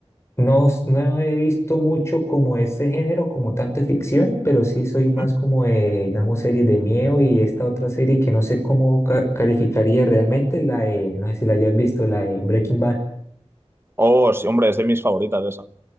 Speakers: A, on the left; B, on the right.
A: no, s- no he visto mucho como ese género, como tanto de ficción, pero sí soy
B: Ujú.
A: más como de, digamos, series de miedo y esta otra serie que no sé cómo ca- calificaría realmente, la de, no sé si la hayas visto, la de Breaking Bad,
B: Oh, sí, hombre, es de mis favoritas esa.